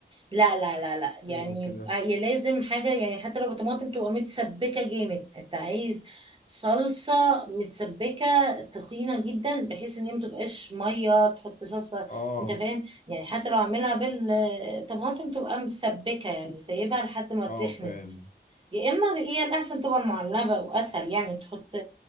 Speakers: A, on the right; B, on the left.
A: لا لا لا لا يعني
B: صورة وكده
A: هي لازم حاجة يعني حتى لو طماطم تبقى متسبكة جامد انت عايز صلصة متسبكة تخينة جدا بحيث ان هي متبقاش مية تحط صلصة
B: اه
A: انت فاهم يعني حتى لو عاملها بالطماطم تبقى مسبكة يعني سايبها لحد ما
B: اه
A: تخنت
B: فاهم
A: يا اما هي الاحسن تبقى المعلبة واسهل يعني تحط